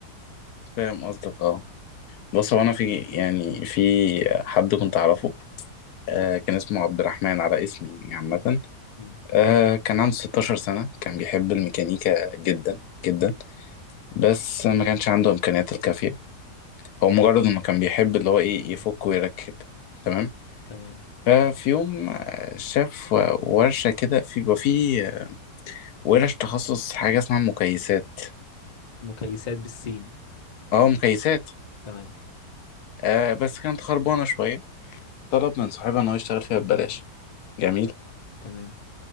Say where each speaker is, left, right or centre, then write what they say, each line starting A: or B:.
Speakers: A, on the left; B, on the left.
A: فاهم قصدك اه بص هو أنا في يعني في حد كنت أعرفه آه، كان اسمه عبد الرحمن على اسمي يعني عامة
B: امم
A: آه، كان عنده 16 سنة كان بيحب الميكانيكا جدا جدا بس ما كانش عنده إمكانيات الكافية هو مجرد انه كان بيحب اللي هو ايه يفك ويركب تمام
B: تمام
A: ففي يوم آه، شاف ورشة كده في بقى في ورش تخصص حاجة اسمها مكيسات
B: مكيسات بالسين
A: اه مكيسات
B: تمام
A: آه بس كانت خربانة شوية طلب من صاحبها ان هو يشتغل فيها ببلاش جميل
B: تمام